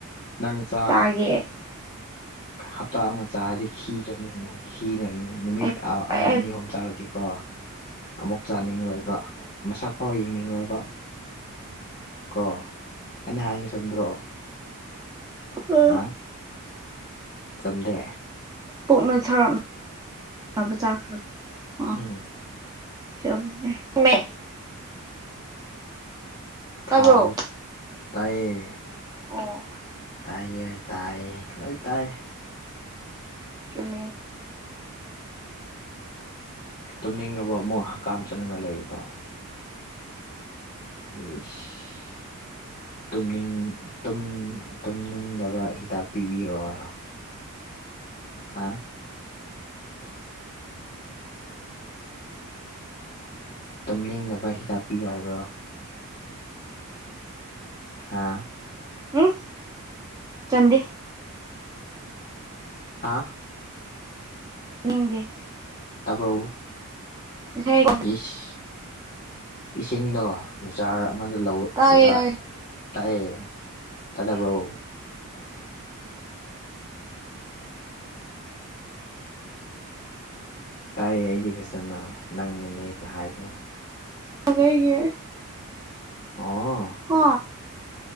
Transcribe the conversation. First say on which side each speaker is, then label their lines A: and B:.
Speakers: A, on the left (about 40°); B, on the right (about 15°).
A: ꯅꯪ ꯆꯥ
B: ꯆꯥꯒꯦ
A: ꯍꯞꯇꯥ ꯑꯃ ꯆꯥꯔꯗꯤ ꯈꯤꯔꯅꯤꯍꯦ ꯁꯤꯅꯔꯤ ꯅꯨꯃꯤꯠ
B: ꯑꯩ
A: ꯑꯥ ꯑꯃ
B: ꯑꯩ
A: ꯑꯅꯤ ꯑꯍꯨꯝ ꯆꯥꯔꯗꯤꯀꯣ ꯑꯃꯨꯛ ꯆꯥꯅꯤꯡꯉꯣꯏꯕ ꯃꯁꯛ ꯐꯥꯎ ꯌꯦꯡꯅꯤꯡꯉꯣꯏꯕ ꯀꯣ ꯑꯩꯅ ꯍꯥꯏꯁꯦ ꯆꯨꯝꯗ꯭ꯔꯣ
B: <unintelligible>
A: ꯑꯥ ꯆꯨꯝꯗꯦ
B: ꯄꯨꯨꯛ ꯅꯣꯏꯊꯣꯔꯛ ꯅꯕ ꯆꯥꯈ꯭ꯔꯒꯦ ꯑꯥ
A: ꯍꯝ
B: ꯆꯨꯝꯃꯦ ꯃꯦ
A: ꯊꯥꯎ
B: ꯇꯥꯕ꯭ꯔꯣ
A: ꯇꯥꯏꯌꯦ
B: ꯑꯣ
A: ꯇꯥꯏꯌꯦ ꯇꯥꯏꯌꯦ ꯂꯣꯏ ꯇꯥꯏ
B: ꯆꯨꯝꯃꯦ
A: ꯇꯨꯝꯅꯤꯡꯉꯕꯣ ꯑꯃꯨꯛ ꯍꯀꯥꯝ ꯆꯟꯒꯠ ꯂꯛꯏꯗꯣ ꯢꯁ ꯇꯨꯝꯅꯤꯡ ꯇꯨꯝ ꯇꯨꯝꯅꯤꯡꯗꯕ ꯍꯤꯗꯥꯛ ꯄꯤꯕꯤꯌꯣꯔ ꯍꯥꯥ ꯇꯨꯝꯅꯤꯡꯅꯕ ꯍꯤꯗꯥꯛꯄꯤꯌꯣ ꯍꯥꯏꯕ꯭ꯔꯣ <inaudible> ꯍꯥꯥ
B: ꯎꯝ ꯆꯟꯗꯦ
A: ꯍꯥꯥ
B: ꯅꯤꯡꯗꯦ
A: ꯇꯥꯕ꯭ꯔꯣ
B: ꯉꯁꯥꯏ
A: ꯏꯁ ꯏꯁꯤꯡꯗꯣ ꯖꯥꯔ ꯑꯃꯗ ꯂꯧ
B: ꯇꯥꯏꯌꯦ
A: ꯖꯥꯔ
B: ꯇꯥꯏꯌꯦ
A: ꯇꯥꯏꯌꯦ ꯇꯥꯗꯕ꯭ꯔꯣ ꯇꯥꯏꯌꯦ ꯑꯩꯗꯤ ꯐꯖꯅ ꯅꯪꯅꯅꯦ ꯍꯥꯏꯗꯣ
B: <unintelligible>
A: ꯑꯣ
B: ꯍꯣ